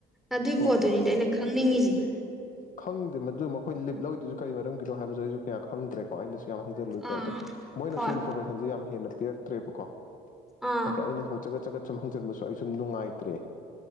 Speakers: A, in the centre; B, on the left.
A: ꯑꯗꯨꯏ
B: ꯍꯣꯏ
A: ꯄꯣꯠꯇꯨꯅꯤꯗꯤ ꯑꯩꯅ ꯈꯪꯅꯤꯡꯉꯤꯁꯦ <inaudible>
B: ꯈꯪꯗꯦ ꯃꯗꯨ ꯃꯈꯣꯏ ꯂꯤꯞ ꯂꯧꯔꯤꯗꯨꯁꯨ ꯀꯔꯤ ꯃꯔꯝꯒꯤꯅꯣ ꯍꯥꯏꯕꯁꯨ ꯑꯩꯁꯨ ꯀꯌꯥ ꯈꯪꯗ꯭ꯔꯦꯀꯣ ꯑꯩꯅ ꯌꯥꯝ ꯍꯪꯖꯜꯂꯨꯗ꯭ꯔꯦ
A: ꯑꯥ
B: ꯑꯗꯣ ꯃꯣꯏꯅꯁꯨ
A: ꯍꯣꯏ
B: ꯏꯟꯐꯣꯔꯃꯦꯁꯟꯁ ꯌꯥꯝ ꯍꯦꯟꯅ ꯄꯤꯔꯛꯇ꯭ꯔꯦꯕꯀꯣ
A: ꯑꯥ
B: ꯑ ꯑꯩꯅ ꯁꯨꯝ ꯆꯒꯠ ꯆꯒꯠ ꯁꯨꯝ ꯍꯪꯖꯟꯕꯁꯨ ꯑꯩꯁꯨ ꯅꯨꯡꯉꯥꯏꯇ꯭ꯔꯦ